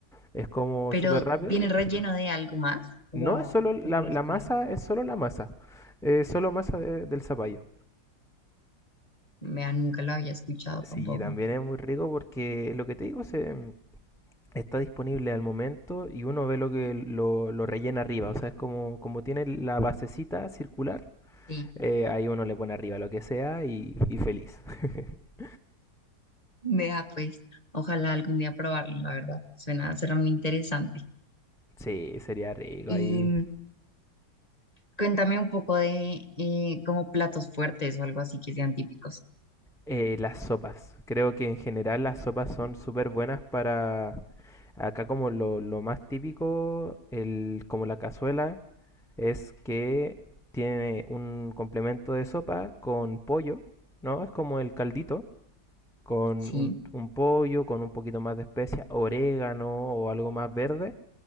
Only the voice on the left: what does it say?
pero
viene
relleno de algo más, o
sea,
o solo
es
melón.
Vea, nunca lo había escuchado
tampoco.
Sí,
vea, pues, ojalá algún día probarlo, la verdad, suena, será muy interesante.
Y
mm, cuéntame un poco de eh, como platos fuertes o algo así que sean típicos.
Sí,